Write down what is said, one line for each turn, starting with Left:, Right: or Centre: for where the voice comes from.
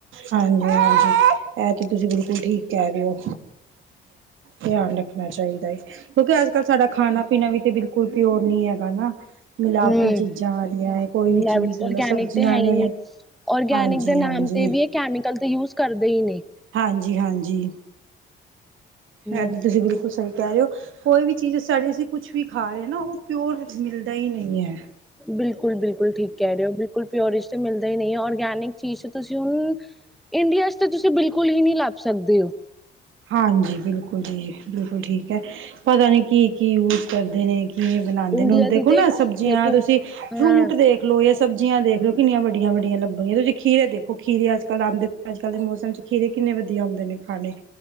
Right: ਹਾਂਜੀ-ਹਾਂਜੀ, ਐਹ ਤੇ ਤੁਸੀਂ ਬਿਲਕੁਲ ਠੀਕ ਕਹਿ ਰੇ ਓ ਧਿਆਨ ਰੱਖਣਾ ਚਾਹੀਦਾ ਏ। ਕਿਉਂਕਿ ਅੱਜ-ਕੱਲ ਸਾਡਾ ਖਾਣਾਂ ਪੀਨਾ ਵੀ ਤੇ ਬਿਲਕੁਲ ਪਿਓਰ ਨੀ ਹੈਗਾ ਨਾ। ਮਿਲਾਵਟੀ
Centre: ਹੂੰ
Right: ਚੀਜ਼ਾਂ ਆ ਰਹੀਆਂ ਐ, ਕੋਈ ਵੀ ਚੀਜ਼
Centre: ਲੈਬ ਔਰਗੈਨਿਕ
Right: ਲੈ ਲਓ ਸਬਜ਼ੀਆਂ
Centre: ਤੇ ਹੈ
Right: ਨੇ
Centre: ਈ ਨੀ ਔਰਗੈਨਿਕ
Right: ਹਾਂਜੀ-ਹਾਂਜੀ
Centre: ਦੇ ਨਾਮ ਤੇ ਵੀ ਇਹ ਕੈਮੀਕਲ ਤੇ ਯੂਸ ਕਰਦੇ ਈ ਨੇ।
Right: ਹਾਂਜੀ-ਹਾਂਜੀ।
Centre: ਹੂੰ
Right: ਐਹ ਤੇ ਤੁਸੀਂ ਬਿਲਕੁਲ ਸ ਸਈ ਕਹਿ ਰਹੇ ਓ ਕੋਈ ਵੀ ਚੀਜ਼ ਸਾਡੇ ਅਸੀਂ ਕੁਛ ਵੀ ਖਾ ਰਹੇ ਨਾ ਉਹ ਪਿਓਰ ਮਿਲਦਾ ਈ ਨਹੀਂ ਐ।
Centre: ਬਿਲਕੁਲ ਬਿਲਕੁਲ ਠੀਕ ਕਹਿ ਰਹੇ ਓ ਬਿਲਕੁਲ ਪਿਓਰਸ਼ ਤੇ ਮਿਲਦਾ ਈ ਨਈ ਐ ਔਰਗੈਨਿਕ ਚੀਜ਼ ਤੁਸੀਂ ਹੁਣ ਇੰਡੀਆ ਚ ਤਾਂ ਤੁਸੀਂ ਬਿਲਕੁਲ ਈ ਹੀ ਨੀ ਲੱਭ ਸਕਦੇ ਔ।
Right: ਹਾਂਜੀ ਬਿਲਕੁਲ ਜੀ ਬਿਲਕੁਲ ਠੀਕ ਐ ਪਤਾ ਨਹੀਂ ਕੀ-ਕੀ ਯੂਸ ਕਰਦੇ ਨੇ। ਕੀ ਬਣਾਦੇ
Centre: ਇੰਡੀਆ
Right: ਨੇਂ ਹੁਣ
Centre: ਦੀ
Right: ਦੇਖੋਂ
Centre: ਤੇ
Right: ਨਾ ਸਬਜ਼ੀਆਂ
Centre: ਦੇਖੋ
Right: ਅ ਤੁਸੀਂ
Centre: ਹਾਂ
Right: ਫਰੂਟ ਦੇਖ ਦੇਖ ਲੋ, ਜਾਂ ਸਬਜ਼ੀਆਂ ਦੇਖ ਲਓ ਕਿਨੀਆਂ ਵੱਡੀਆਂ ਵੱਡੀਆਂ ਲੱਭਣੀਆਂ ਤੁਸੀਂ ਖੀਰੇ ਦੇਖੋ ਖੀਰੇ ਅੱਜ-ਕੱਲ ਆਦੇ ਅੱਜ-ਕੱਲ ਦੇ ਮੌਸਮ ਚ ਖੀਰੇ ਕਿੰਨੇ ਵਧੀਆ ਹੁੰਦੇ ਨੇ ਖਾਂੜੇ।